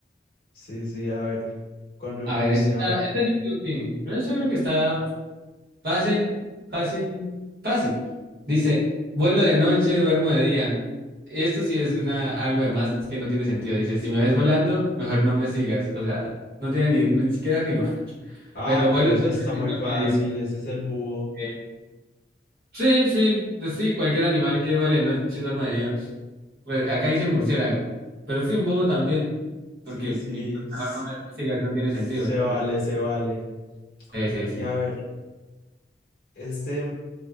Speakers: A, on the left (about 55°); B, on the right (about 60°).
A: Sí, sí, a ver, ¿cuál me
B: A
A: pone
B: ver,
A: usted
B: esta, está-
A: ahora?
B: esta yo creo que, pero yo sí creo que está fácil, fácil, fácil. Dice, vuelo de noche, duermo de día. Esto sí es una, algo de más que no tiene sentido. Dice, si me ves volando, mejor no me sigas. O sea, no tiene ni, ni siquiera rima. <laughs>
A: Ah,
B: Pero vuelo
A: pero esa
B: de
A: está
B: noche
A: muy
B: y duermo
A: fácil,
B: de día.
A: ese es el búho.
B: Eh, sí, sí, pues sí, cualquier animal que vuele de noche y duerma de día. Pues, acá dice murciélago, pero sí un búho también, porque
A: Sí, sí,
B: y, mejor
A: es-
B: no me sigas, no tiene
A: se
B: sentido
A: vale,
B: eso.
A: se vale.
B: Sí, sí, sí.
A: Y a ver, este,